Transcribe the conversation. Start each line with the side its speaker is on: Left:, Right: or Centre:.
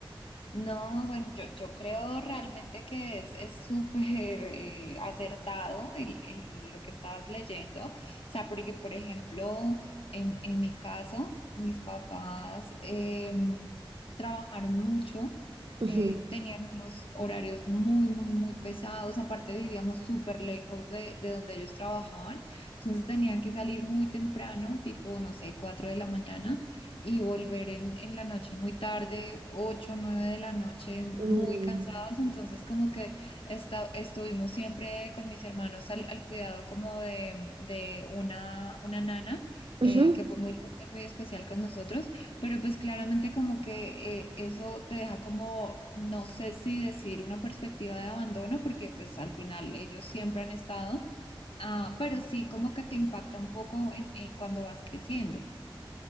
Left: No, bueno, yo, yo creo realmente que es, es súper eh, acertado el- el- lo que estabas leyendo. O sea, porque, por ejemplo, en, en mi caso, mis papás em, trabajaron mucho,
Right: Ujú.
Left: eh, tenían unos horarios muy, muy, muy pesados. Aparte, vivíamos súper lejos de, de donde ellos trabajaban. Entonces, tenían que salir muy temprano, tipo, no sé, cuatro de la mañana y volver en, en la noche muy tarde, 8 9 de la noche,
Right: Mm,
Left: muy cansados. Entonces, como que esta- estuvimos siempre con mis hermanos al, al cuidado como de, de una, una nana, eh,
Right: ujú.
Left: que fue muy, muy especial con nosotros. Pero pues claramente como que eh, eso te deja como, no sé si decir una perspectiva de abandono, porque pues al final ellos siempre han estado. Ah, pero sí como que te impacta un poco en, eh, cuando vas creciendo.